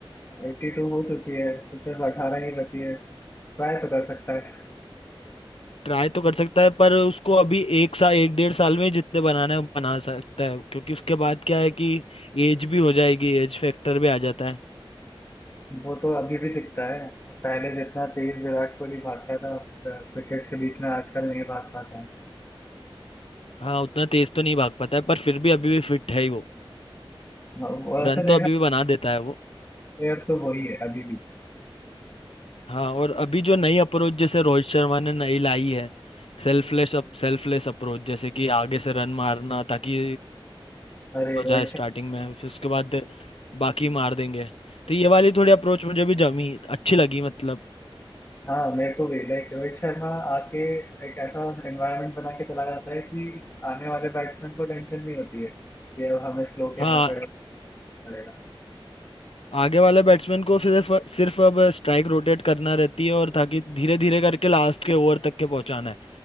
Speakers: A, on the left; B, on the left.
A: एट्टी टू हो चुकी है तो सिर्फ अठारह ही बची है ट्राई तो कर सकता है
B: ट्राई तो कर सकता है पर उसको अभी एक साल एक डेढ़ साल में जितने बनाना है वो बना सकता है क्योंकि उसके बाद क्या है कि एज भी हो जाएगी एज फैक्टर भी आ जाता है
A: वो तो अभी भी दिखता है पहले जितना तेज विराट कोहली भागता था विकेट्स के बीच में आजकल नहीं भाग पाता है
B: हाँ उतना तेज तो नहीं भाग पाता है पर फिर भी अभी भी फिट है ही वो
A: वैसे
B: रन
A: देखा
B: तो अभी भी बना देता है वो
A: प्लेयर तो वही है अभी भी
B: हाँ और अभी जो नई अप्रोच जैसे रोहित शर्मा ने नई लाई है सेल्फलेस अप सेल्फलेस अप्रोच जैसे कि आगे से रन मारना ताकि
A: अरे
B: हो
A: रोहित
B: जाए स्टार्टिंग में फिर उसके बाद बाकी
A: शर्मा
B: मार देंगे तो ये वाली थोड़ी अप्रोच मुझे भी जमी अच्छी लगी मतलब
A: हाँ मेरे को भी लाइक रोहित शर्मा आके एक ऐसा एनवायरनमेंट बना के चला जाता है कि आने वाले बैट्समैन को टेंशन नहीं होती है कि अब हमें स्लो खेलना
B: हाँ
A: पड़े पड़ेगा
B: आगे वाले बैट्समैन को सिर्फ सिर्फ अब स्ट्राइक रोटेट करना रहती है और ताकि धीरे धीरे करके लास्ट के ओवर तक के पहुंचाना है